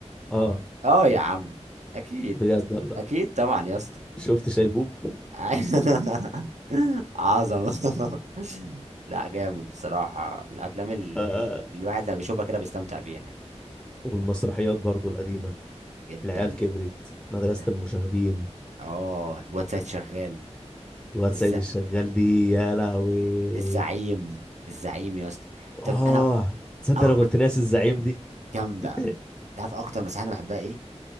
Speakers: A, in the centre; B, on the right.
A: اه
B: اه يا عم اكيد
A: بجد والله
B: اكيد طبعا يا اسطى
A: شفت شيبوب
B: <laughs> عظمة لا جامد بصراحة من الأفلام ال...
A: <laughs>
B: ال... الواحد لما بيشوفها كده بيستمتع بيها يعني
A: والمسرحيات برضو القديمة
B: جدا
A: العيال كبرت مدرسة
B: ده
A: المشاغبين
B: اه واتساب شغال
A: الواد
B: الز...
A: سيد الشغال دي يا لهوي
B: الزعيم الزعيم يا اسطى طب
A: اه
B: أنا
A: تصدق
B: أكتر
A: انا كنت ناسي الزعيم دي
B: جامدة
A: <laughs>
B: تعرف أكتر مسرحية أنا بحبها إيه؟